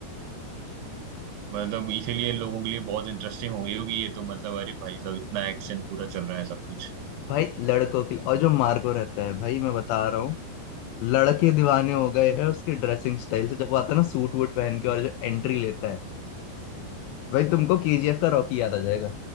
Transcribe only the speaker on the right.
मतलब इसीलिए लोगों के लिए बहुत इंटरेस्टिंग हो गई होगी ये तो मतलब अरे भाई साहब इतना एक्शन पूरा चल रहा है सब कुछ